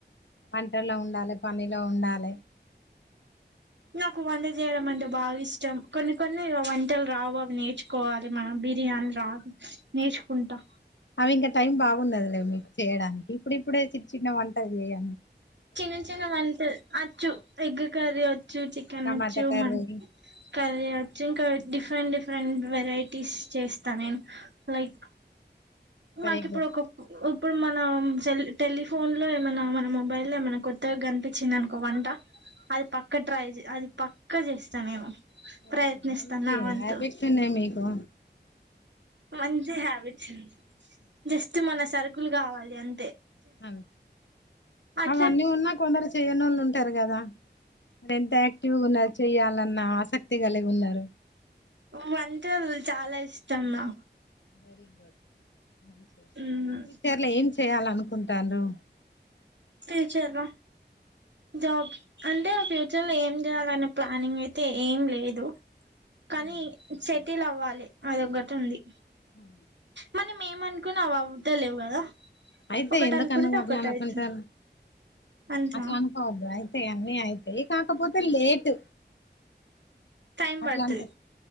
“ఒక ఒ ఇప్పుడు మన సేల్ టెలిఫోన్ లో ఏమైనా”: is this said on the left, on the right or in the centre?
Right